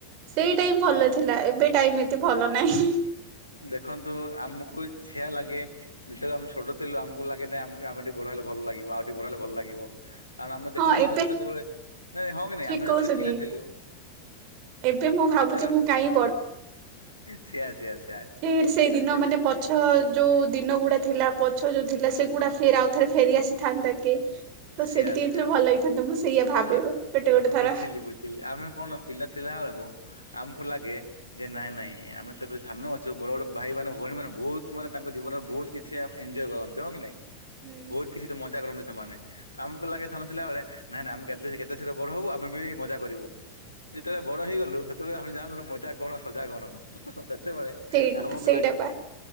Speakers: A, on the right; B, on the left.
A: ସେଇ ଟାଇମ୍ ଭଲ
B: ହଁ
A: ଥିଲା। ଏବେ ଟାଇମ୍ ଏତେ ଭଲ ନାହିଁ।
B: ଦେଖନ୍ତୁ ଆମକୁ ଛିଆ ଲାଗେ। ଯେତେବେଳେ ଆମେ ଛୋଟ ଥିଲୁ ଆମକୁ ଲାଗେ ନାଇଁ ଆମକୁ ଆମେ ଟିକେ ବଡ ହେଲେ ଭ ଭଲ ଲାଗିବ। ଆଉ ଟିକେ ବଡ ହେଲେ ଭଲ ଲାଗିବ। କାରଣ ଆମେ
A: ହଁ
B: ଦେଖୁଥୁଲୁ
A: ଏବେ
B: ସେ ସେତେବେଳେ ନାଇଁ ହଁ କି ନାଇଁ
A: ଠିକ
B: ଆମେ
A: କହୁଛନ୍ତି।
B: ଯେତେବେଳେ ପିଲା ଥିଲୁ
A: ଏବେ ମୁଁ ଭାବୁଛି
B: <unintelligible>
A: ମୁଁ କାହିଁ
B: ସିଆ ସିଆସ।
A: ଫେର୍ ସେଇ ଦିନ ମାନେ ପଛ ଯୋଉ ଦିନ ଗୁଡା ଥିଲା ପଛ ଯୋଉ ଥିଲା ସେଗୁଡା ଫେର୍ ଆଉଥରେ ଫେରି ଆସିଥାନ୍ତା କି। ତ
B: ସିଆ
A: ସେମିତି
B: ସେୟର
A: ହେଇଥିଲେ ଭଲ ହେଇଥାନ୍ତା ମୁଁ ସେଇଆ ଭାବେ
B: ତ ଆ,
A: ଗୋଟେ ଗୋଟେ ଥର।
B: ବୁଝିଲି ବୁଝିଲି ଆମେ କଣ ପିଲା ଥିଲା ବେଳକୁ ଆମକୁ ଲାଗେ ଯେ ନାଇଁ ନାଇଁ ଆମେ ତ ଏବେ ସାନ ଅଛୁ। ବଡ ବଡ ଭାଇ ମାନେ ଭଉଣୀ ମାନେ ବହୁତ ମାନେ ତାଙ୍କ ଜୀବନରେ ବହୁତ କିଛି ଆମେ ଏନଜୟ କରନ୍ତି ହଁ କି ନାଇଁ?
A: ହୁଁ
B: ବହୁତ କିଛି ତ ମଜା କରନ୍ତି ସେମାନେ। ଆମକୁ ଲାଗେ ସାନ ଥିଲା ବେଳେ ନାଇ ନାଇ ଆମକୁ ଏବେ ସେ କେତେ ଶୀଘ୍ର ବଡ ହବୁ ଆମେ ବି ମଜା କରିବୁ। ଯେତେବେଳେ ବଡ ହେଇଗଲୁ ସେତେବେଳେ ଆମେ ଜାଣିଲୁ ମଜା କଣ ସଜା କଣ। ସେତେବେଳେ
A: ସେଇ
B: ଆମକୁ
A: ସେଇଟା
B: ଲାଗେ
A: ପା